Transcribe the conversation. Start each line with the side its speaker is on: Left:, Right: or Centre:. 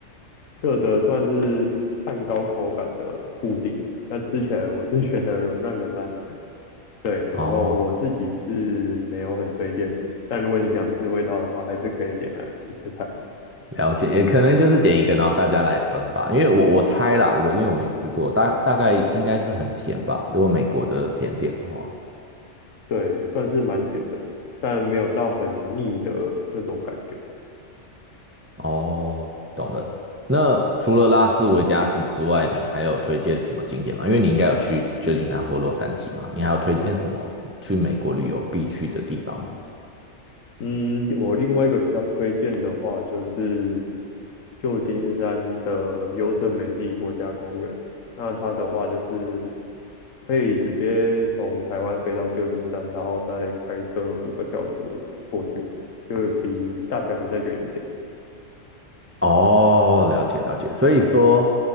Left: 热的，算是蛋糕口感的布丁。但吃起来我是觉得软烂软烂的，对。然后我自己是没有很推荐，
Right: 哦，
Left: 但如果你想试味道的话，还是可以点来试试看。
Right: 了解，也可能就是点一个，然后大家来分吧。因为我我猜啦，我因为我没吃过，大大概应该是很甜吧，如果美国的甜点的话。
Left: 对，算是蛮甜的，但没有到很腻的那种感觉。
Right: 哦，懂了。那除了拉斯维加斯之外，你还有推荐什么景点吗？因为你应该有去旧金山或洛杉矶嘛，你还有推荐什么去美国旅游必去的地方吗？
Left: 嗯，我另外一个比较推荐的话，就是旧金山的优胜美地国家公园。那它的话就是可以直接从台湾飞到旧金山，然后再开车五个小时过去，就比大峡谷再远一点。
Right: 哦，了解了解。所以说，